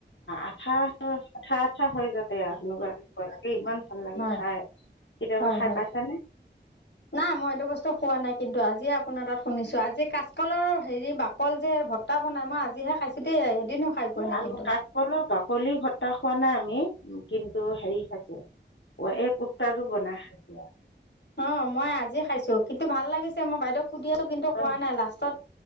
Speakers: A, on the left; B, on the left.
A: আঠা আঠা আঠা হয় যাতে সেনেকোৱা। ইমান ভাল লাগে
B: হয়
A: খাই। কেতিয়াবা
B: হয়
A: খাই
B: হয়
A: পাইছানে?
B: নাই, মই এইটো বস্তু খোৱা নাই। কিন্তু আজি আজিয়ে আপোনাৰ তাত শুনিছো। আজি কাচকলৰ হেৰি বাকল যে ভত্তা বনাই মই আজিহে খাইছো দেই। এদিনো খাই পোৱা নাই
A: আমি
B: কিন্তু
A: কাচকলৰ বাকলি ভট্টা খোৱা নাই আমি, কিন্তু হেৰি খাইছো এই কুটাটো বনাই খাইছো আৰু
B: অ মই আজি খাইছো কিন্তু ভাল লাগিছে মই বাইদেউক সুধিয়ো কিন্তু
A: হয়
B: কোৱা
A: নি?
B: নাই লাষ্টত